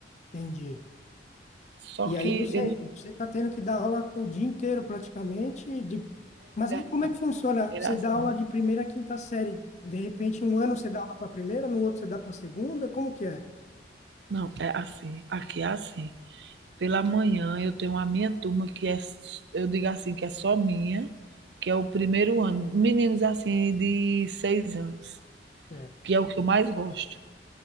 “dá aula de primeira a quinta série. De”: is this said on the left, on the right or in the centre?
Left